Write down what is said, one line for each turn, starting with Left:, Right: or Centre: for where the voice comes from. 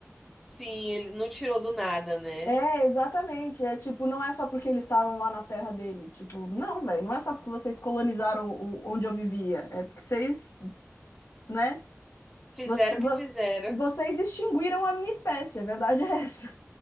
Centre: Sim, ele não tirou do nada, né?
Left: É, exatamente. É tipo, não é só porque eles estavam lá na terra dele. Tipo, não, velho. Não é só porque vocês colonizaram o, onde eu vivia. É porque vocês, né?
Centre: Fizeram
Left: Você-
Centre: o
Left: você-
Centre: que fizeram.
Left: vocês extinguiram a minha espécie, a verdade é essa.